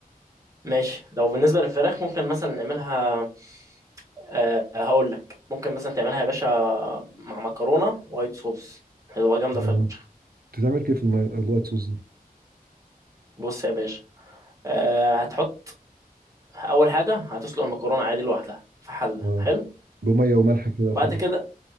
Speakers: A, on the right; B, on the right.
A: ماشي لو بالنسبة للفراخ ممكن مثلا نعملها أه هقول لك ممكن مثلا تعملها يا باشا مع مكرونة وايت صوص هتبقى جامدة
B: آه.
A: فشخ
B: بتتعمل كيف المي... الوايت صوص دي
A: بص يا باشا أه هتحط اول حاجة هتسلق المكرونة عادي لوحدها في حلة
B: اه
A: حلو
B: بميه وملح كده وخلاص
A: بعد كده